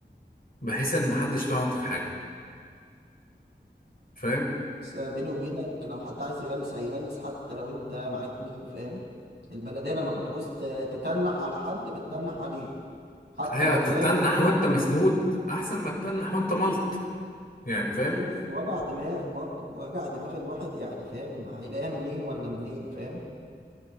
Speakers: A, on the left; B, on the right.
A: بحيث ان محدش لو عندك حاجه فاهم
B: بس بيني وبينك لو حد عايز يغلس هيغلس حتى لو انت معاك مين فاهم البلدية لما بتعوز ت- تتنح على حد بتتنح عليه حتى
A: هي
B: لو
A: تتنح
B: فاهم ب...
A: وانت مسنود احسن ما تتنح وانت ملط يعني فاهم
B: ايوه بس وجع دماغ برضه وجع دماغ الواحد يعني فاهم هيلاقيها منين ولا منين فاهم